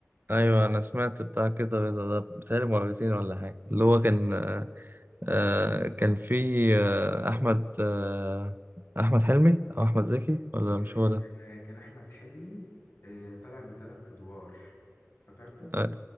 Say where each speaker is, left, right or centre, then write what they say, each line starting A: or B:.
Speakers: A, on the right (about 45°); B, on the left (about 65°).
A: ايوه انا سمعت بتاع كده رضا ده بتهيألي مرتين ولا حاجه اللي هو كان آه كان في آه احمد آه احمد حلمي او احمد زكي ولا
B: آه،
A: مش هو
B: كان
A: ده
B: آه، كان احمد حلمي آه، طلع بثلاث ادوار افتكرته
A: اه